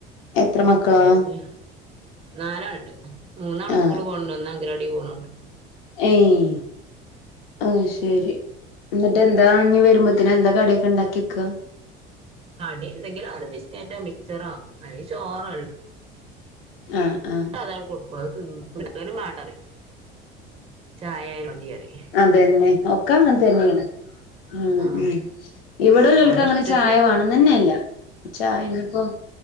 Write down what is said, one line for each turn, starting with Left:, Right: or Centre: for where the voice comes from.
Left: എത്ര മക്കളാ
Right: പിന്നേ നാലാള്ണ്ട് മൂന്നാള്
Left: ആ
Right: സ്കൂള് പോണണ്ട് ഒന്ന് അങ്കനവാടി പോണൂണ്ട്
Left: ഏയ് ആഅ് ശരി എന്നിട്ട് എന്താ ഇഞ് വരുമ്പോത്തിന് എന്താ കടിയൊക്കെ ഇണ്ടാക്കെക്ക
Right: കടി എന്തെങ്കിലും അവരു ബിസ്കേറ്റോ മിക്ചറോ അല്ലേ ചോറള്ളു
Left: അ ആഹ്
Right: അതങ്ങട്ട് കൊടുക്കും അഹ് തിന്നും തിന്ന മാണ്ടറിം ചായയായാലും മതി അറിം
Left: അതന്നെ ഒക്കെ അങ്ങൻ തന്നെയാണ് ആഹ്
Right: ആ
Left: ഉം ഇവടെള്ളോൽക്ക്
Right: ഓലെ
Left: അങ്ങനെ
Right: ഇഷ്ടത്തിന്
Left: ചായ
Right: ഇപ്പൊ
Left: വാണന്നെനെ ഇല്ല ചായ ഇഞ്ഞിപ്പോ